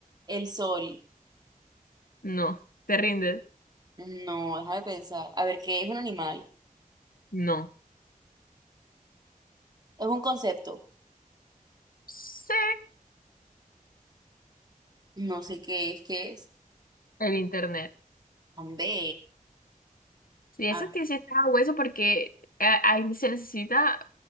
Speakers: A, on the right (about 30°); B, on the left (about 75°).
A: El sol.
B: No, ¿te rindes?
A: No, deja de pensar. A ver, ¿qué es un animal?
B: No.
A: Es un concepto.
B: Sí,
A: No sé qué es, qué es.
B: el internet.
A: Ande.
B: Si eso
A: A-
B: tiene sí está hueso porque eh, ahí se necesita